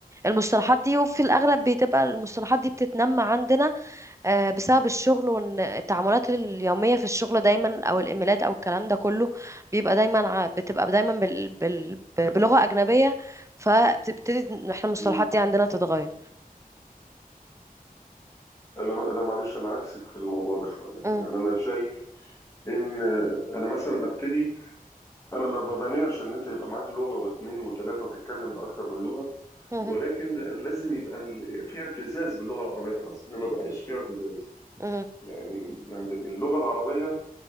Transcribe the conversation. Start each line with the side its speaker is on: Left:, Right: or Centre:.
Right: المصطلحات دي وفي الأغلب بتبقى المصطلحات دي بتتنمى عندنا آه، بسبب الشغل وان التعاملات اليوميه في الشغل دايما او الايميلات او الكلام ده كله بيبقى دايما ع- بتبقى دايما بال... بال... بلغه اجنبيه فبتبتدي إن احنا المصطلحات
Left: امم
Right: دي عندنا تتغير
Left: انا انا معلش انا عكسك في الموضوع ده شويه
Right: مم،
Left: يعني انا شايف ان انا مثلا ابتدي انا ما بمانعش ان انت يبقى معاك لغه واثنين وثلاثه وتتكلم باكتر من لغه
Right: مم،
Left: ولكن لازم يبقى ال- في اعتزاز باللغه العربيه انا حاسس ان ما بقاش في اعتزاز
Right: مم،
Left: يعني يعني اللغه العربيه